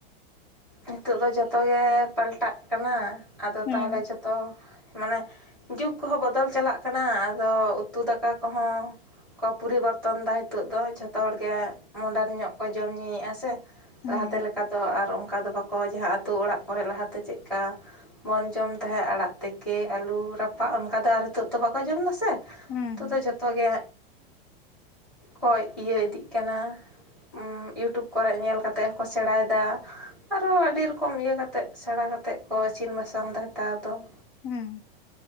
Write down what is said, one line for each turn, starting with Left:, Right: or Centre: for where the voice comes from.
Centre: ᱱᱤᱛᱚᱜ ᱫᱚ ᱡᱚᱛᱚ ᱜᱮ ᱯᱟᱞᱴᱟᱜ ᱠᱟᱱᱟ, ᱟᱫᱚ
Left: ᱦᱩᱸ
Centre: ᱛᱟᱦᱚᱞᱮ ᱡᱚᱛᱚ ᱢᱟᱱᱮ ᱡᱩᱜᱽ ᱠᱚᱦᱚᱸ ᱵᱚᱫᱚᱞ ᱪᱟᱞᱟᱜ ᱠᱟᱱᱟ, ᱟᱫᱚ ᱩᱛᱩ ᱫᱟᱠᱟ ᱠᱚᱦᱚᱸ ᱠᱚ ᱯᱚᱨᱤᱵᱚᱨᱛᱚᱱ ᱫᱟ ᱦᱤᱛᱚᱜ ᱫᱚ ᱡᱷᱚᱛᱚ ᱦᱚᱲᱜᱮ ᱢᱚᱰᱟᱨᱱ ᱧᱚᱜ ᱠᱚ ᱡᱚᱢ ᱧᱩᱭᱮᱜᱼᱟ ᱥᱮ ᱾
Left: ᱦᱩᱸ
Centre: ᱞᱟᱦᱟᱛᱮ ᱞᱮᱠᱟ ᱫᱚ ᱟᱨ ᱚᱱᱠᱟ ᱫᱚ ᱵᱟᱠᱚ ᱡᱟᱦᱟᱸ ᱟᱹᱛᱳ ᱚᱲᱟᱜ ᱠᱚᱨᱮᱜ ᱞᱟᱦᱟᱛᱮ ᱪᱮᱫ ᱞᱮᱠᱟ ᱵᱚᱱ ᱡᱚᱢ ᱛᱟᱦᱮᱸᱜ ᱟᱲᱟᱜ ᱛᱮᱠᱮ, ᱟᱹᱞᱩ ᱨᱟᱯᱟᱜ ᱚᱱᱠᱟ ᱫᱚ ᱟᱨ ᱦᱤᱛᱚᱜ ᱫᱚ ᱵᱟᱠᱚ ᱡᱚᱢ ᱫᱟ‌ ᱥᱮ!
Left: ᱦᱩᱸ
Centre: ᱱᱤᱛᱚᱜ
Left: ᱦᱩᱸ
Centre: ᱫᱚ ᱡᱷᱚᱛᱚ ᱜᱮ
Left: <inaudible>
Centre: ᱠᱚᱭ ᱤᱭᱟᱹ ᱤᱫᱤᱜ ᱠᱟᱱᱟ ᱾ ᱩᱸ ᱤᱭᱩᱴᱩᱵᱽ ᱠᱚᱨᱮᱜ ᱧᱮᱞ ᱠᱟᱛᱮᱜ ᱦᱚᱸᱠᱚ ᱥᱮᱬᱟᱭᱮᱫᱟ ᱾ ᱟᱨᱚ ᱟᱹᱰᱤ ᱨᱚᱠᱚᱢ ᱤᱭᱟᱹ ᱠᱟᱛᱮᱫ ᱥᱮᱬᱟ ᱠᱟᱛᱮᱫ ᱠᱚ ᱤᱥᱤᱱ ᱵᱟᱥᱟᱝ ᱫᱟ ᱦᱮᱛᱟᱨ ᱫᱚ ᱾
Left: ᱦᱩᱸ,